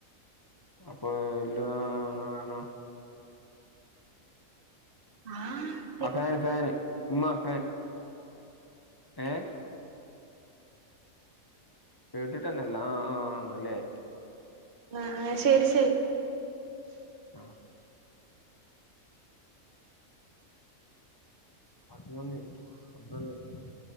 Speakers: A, on the left; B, on the right.
A: അപ്പൊ എല്ലാം ആഹ് ആഹ് പറ്ഞ്ഞേ
B: ആഹ്
A: ആ ഫാൻ ഫാൻ ഉമ്മാ ഫാൻ ഏഹ് കേട്ടിട്ട്ന്നെ ഇല്ല ആ ആന്ന്ല്ലേ
B: ആഹ് ആഹ് ശരി ശരി
A: ആഹ് അതിനൊന്ന് <inaudible> ഒന്നല്ല <inaudible>